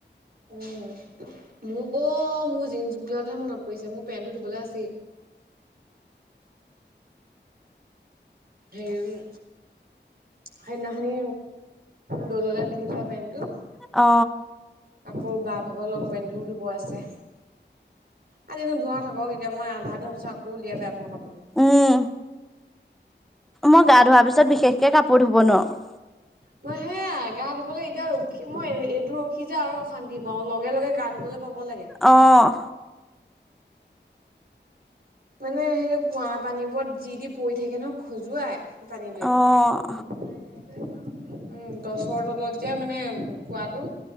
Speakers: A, on the right; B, in the centre.
A: অ মোৰ অ মোৰ জিঞ্চ বোলোতেহে মনত পৰিছে মোৰ পেণ্টটো ধুবলে আছেই <unintelligible> সেইদিনাখনি দললে পিন্ধি যোৱা পেন্টটো
B: অ
A: আকৌ বা ভাগৰ লং পেন্টটোও ধুব আছে আজি নোধোও থাকক এতিয়া মই আধা ধোৱা পিছত আকৌ উলিয়াই বেয়া পাওঁ কাপোৰ
B: উম মই গা ধোৱাৰ পিছত বিশেষকে কাপোৰ ধুব নোৱাৰো
A: মই হে ন গা ধুবলৈ এতিয়া ৰখি মই এইটো ৰখি যে আৰু অশান্তি পাওঁ লগে লগে গা ধুবলৈ পাব লাগে।
B: অঁ
A: মানে সেই কুঁৱা পানীবোৰত যি দি পৰি থাকে নহয় খজুৱাই পানীটোৱে।
B: অ',
A: উম গছৰ তলত যে মানে পোৱাতটো